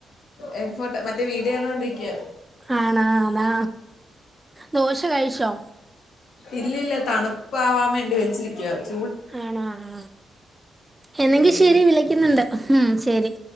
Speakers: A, on the left; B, on the right.
A: എ ഫോർ മറ്റേ വീഡിയോ കണ്ടോണ്ടിരിക്കാ
B: ആണാ അതാ ദോശ കഴിച്ചോ
A: ഇല്ലല്ല തണുപ്പാവാൻ വേണ്ടി വെച്ചിരിക്കുവാ
B: ആണോ ആ എന്നെങ്കിൽ
A: ഉം.
B: ശരി വിളക്കുന്നുണ്ട് ഉം ശരി